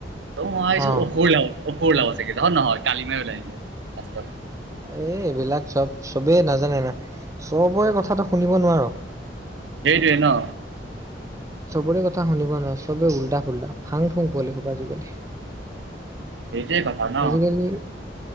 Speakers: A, on the right; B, on the right.
A: ত মই ভাবিছো
B: অ
A: অসুৰ ওলাব -অসুৰ ওলাব চাগে। অ নহয় কালিমায়ে ওলাই আহিলে। লাষ্টত
B: এ' এইবিলাক চব চবেই নাজান নে না। চবৰে কথাটো শুনিব নোৱাৰ।
A: সেইটোৱে ন।
B: চবৰে কথা শুনিব নোৱাৰে। চবেই উল্টা-ফুল্টা, ফাং ফুং পোৱালি হোপা আজিকালি।
A: সেইটোৱে কথা ন
B: আজিকালি,